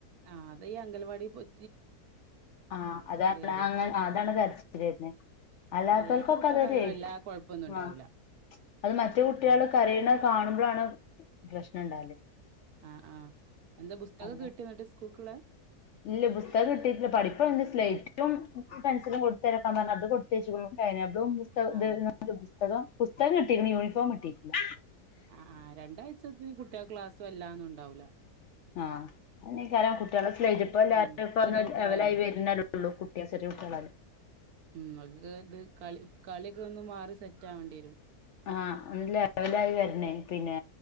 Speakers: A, on the right; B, on the left.
A: ആഹ് ഇത് അംഗൽവാടി പോയി
B: ആഹ് അതാണ്
A: കരയാ
B: അങ്ങനെ അതാണ് കരച്ചില് വരുന്നേ അല്ലാത്തവർക്കൊക്കെ
A: അല്ലാത്ത കുട്ടികൾക്ക്
B: അതോര്
A: അങ്ങനെ വല്ലാ കൊഴപ്പൊന്നും ഉണ്ടാവൂല
B: ആഹ് അത് മറ്റ് കുട്ടികള്
A: ഉം
B: കരയണ കാണുമ്പോഴാണ് പ്രശ്നം ഉണ്ടാവല്
A: ആഹ് ആഹ് എന്താ പുസ്തകക്കെ
B: അല്ലെ
A: കിട്ടിയോ എന്നിട്ട് സ്കൂക്കള്
B: ഇല്ല പുസ്തക കിട്ടിട്ടില്ല പഠിപ്പ എന്റെ സ്ലേറ്റും പെൻസിലും കൊടുത്ത് അത് കൊടുത്ത ഇത് പുസ്ത
A: ആഹ്
B: ഇ പുസ്തകം പുസ്തകം കിട്ടി ഇനി യൂണിഫോം കിട്ടിയില്ലാ
A: ആഹ് രണ്ടാഴ്ചത്തേക്ക് കുട്ടികൾക്ക് ക്ലാസ് എല്ലാം ഉണ്ടാവൂല
B: ആഹ് അന കാരണം കുട്ടികളെ സ്പ്പ ലാപ്ടോപ്
A: ഉം ചെറിയ കുട്ടികളല്ലേ
B: ലവലായി വരുന്നല്ലേള്ളൂ ചെറിയ കുട്ട്യാളല്ലേ
A: ഉം അത് ഇത് കളി കളിയൊക്കെ ഒന്ന് മാറി സെറ്റ് ആവേണ്ടി വരും
B: ആഹ് ഒര് ലെവലായി വരണേ പിന്നെ